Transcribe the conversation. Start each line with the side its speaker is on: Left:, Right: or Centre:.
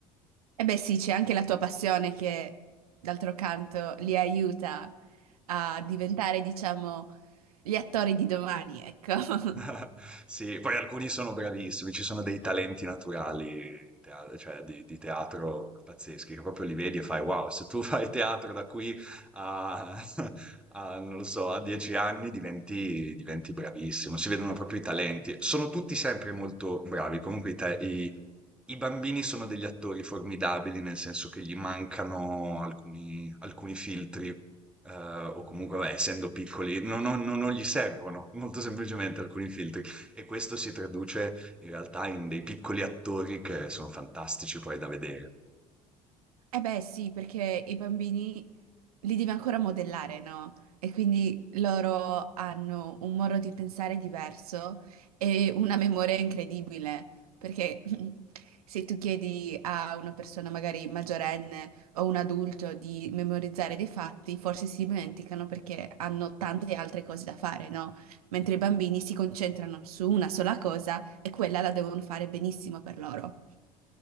Right: Eh beh sì, c'è anche la tua passione che, d'altro canto, li aiuta a diventare, diciamo, gli attori di domani, ecco.
Centre: <laughs>
Right: <laughs>
Centre: Sì, poi alcuni sono bravissimi, ci sono dei talenti naturali in tea- cioè di, di teatro pazzeschi, che proprio li vedi e fai wow, se tu <laughs> fai teatro da qui a, <laughs> a, non lo so, a dieci anni diventi, diventi bravissimo, si vedono proprio i talenti. Sono tutti sempre molto bravi, comunque i, ta- i- i bambini sono degli attori formidabili, nel senso che gli mancano alcuni, alcuni filtri, eh, o comunque, vabbè, essendo piccoli, non, non- non- non gli servono molto semplicemente alcuni filtri. E questo si traduce in realtà in dei piccoli attori che sono fantastici poi da vedere.
Right: Eh beh sì, perché i bambini li devi ancora modellare, no? E quindi loro hanno un modo di pensare diverso e una memoria incredibile, perché <laughs> se tu chiedi a una persona magari maggiorenne o un adulto di memorizzare dei fatti, forse si dimenticano perché hanno tante altre cose da fare, no? Mentre i bambini si concentrano su una sola cosa e quella la devono fare benissimo per loro.